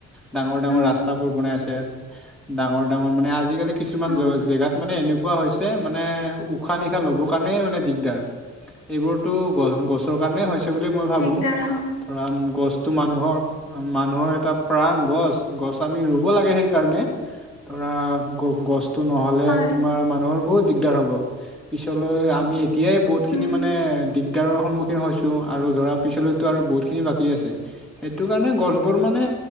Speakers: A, in the centre; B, on the left.
A: ডাঙৰ ডাঙৰ
B: উম
A: ৰাস্তাবোৰ বনাই আছে, ডাঙৰ ডাঙৰ মানে আজি-কালি কিছুমান
B: অঁ
A: জ-জেগাত মানে এনে কুৱা হৈছে মানে উশাহ-নিশাহ ল'বৰ কাৰণেই মানে দিগদাৰ। এইবোৰতো গছ গছৰ কাৰনে হৈছ সেই বুলি মই ভাবোঁ,
B: দিগদাৰ হ
A: ধৰা গছটো মানুহৰ মানুহৰ এটা প্ৰাণ গছ। গছ আমি ৰুব লাগে সেইকাৰণে। ধৰা গ-গছটো নহ'লে
B: হয়
A: তোমাৰ মানুহৰ বহুত দিগদাৰ হ'ব। পিছলৈ আমি এতিয়াই বহুতখিনি
B: উম
A: মানে দিগদাৰৰ সন্মুখীন হৈছোঁ আৰু ধৰাক পিছলৈ টোৰ আৰু বহুত খিনি বাকি আছে। সেইটো কাৰণে গছবোৰ মানে